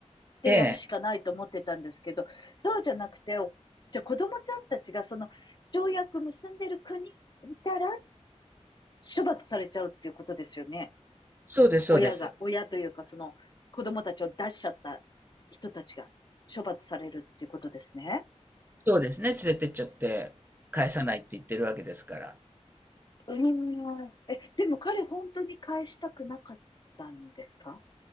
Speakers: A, on the left (about 35°); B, on the right (about 15°).
A: でやるしかないと思ってたんですけど、
B: ええ、
A: そうじゃなくて、おじゃあ子供ちゃんたちがその条約結んでる国いたら、処罰されちゃうっていうことですよね。
B: そうです、そうです。
A: 親が、親というかその子供たちを出しちゃった人たちが処罰されるっていうことですね。
B: そうですね、連れてっちゃって、返さないって言ってるわけですから。
A: うーん。え、でも彼本当に返したくなかったんですか